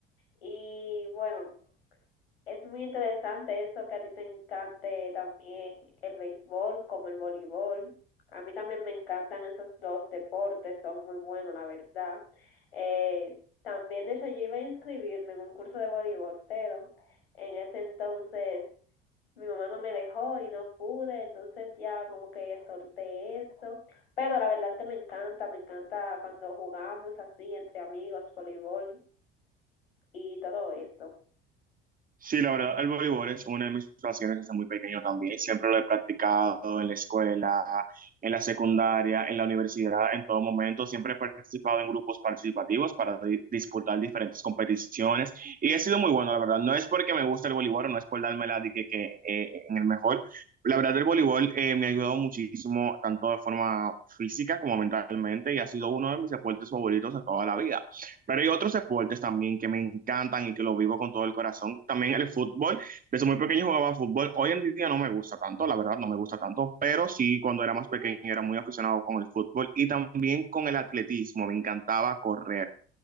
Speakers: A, on the left (about 80°); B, on the right (about 30°).
A: Y bueno, Es muy interesante eso que a ti te encante también el béisbol como el voleibol. A mí también me encantan esos dos deportes, son muy buenos, la verdad. Eh, también, de hecho, yo iba a inscribirme en un curso de voleibol, pero en ese entonces mi mamá no me dejó y no pude, entonces ya como que solté eso. Pero la verdad que me encanta, me encanta cuando jugamos así entre amigos, voleibol y todo eso.
B: Sí, la verdad, el voleibol es una de mis pasiones desde muy pequeño también. Siempre lo he practicado en la escuela, en la secundaria, en la universidad, en todo momento. Siempre he participado en grupos participativos para di- disputar diferentes competiciones y he sido muy bueno, la verdad. No es porque me gusta el voleibol, no es por darme la de que, que, eh, en el mejor. La verdad, el voleibol eh, me ha ayudado muchísimo, tanto de forma física como mentalmente, y ha sido uno de mis deportes favoritos de toda la vida. Pero hay otros deportes también que me encantan y que lo vivo con todo el corazón. También el fútbol. Desde muy pequeño jugaba fútbol. Hoy en día no me gusta tanto, la verdad, no me gusta tanto. Pero sí, cuando era más pequeño era muy aficionado con el fútbol y también con el atletismo. Me encantaba correr.